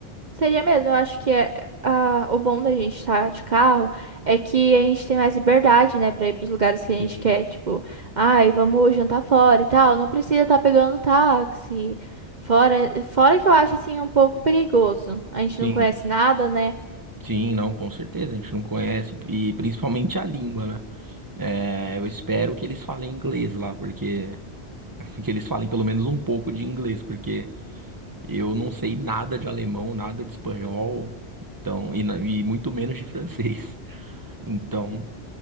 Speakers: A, on the right (about 40°); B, on the right (about 20°).
A: Seria mesmo, eu acho que é, ah, o bom da gente estar de carro é que a gente tem mais liberdade, né, pra ir pros lugares que a
B: Sim,
A: gente quer, tipo, ai, vamos jantar fora e tal, não precisa estar pegando táxi. Fora, fora que eu acho assim um pouco perigoso. A gente
B: sim,
A: não conhece nada, né?
B: sim, não, com certeza. A gente não conhece, e principalmente a língua, né? É, eu espero que eles falem inglês lá, porque. <laughs> Que eles falem pelo menos um pouco de inglês, porque eu não sei nada de alemão, nada de espanhol, então, e, na- e muito menos de francês. <laughs> Então,